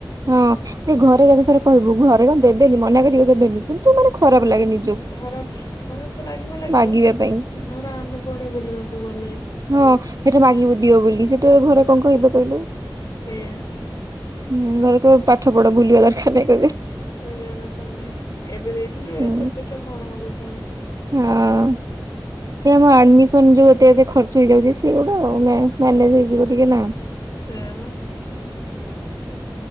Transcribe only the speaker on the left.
ଖରାପ ଖରାପ ତ ଲାଗିବ ଲାଗିବ
ଧର ଆମେ କୁଆଡେ ବୁଲିବାକୁ ଗଲେ।
ସେଇୟା।
<unintelligible> ଦରକାର ନାହିଁ ଏବେ ଦେଇଥିଲି
ଏତେ ପଇସା କଣ ହବ ପୁଣି।
ସେୟା ବା।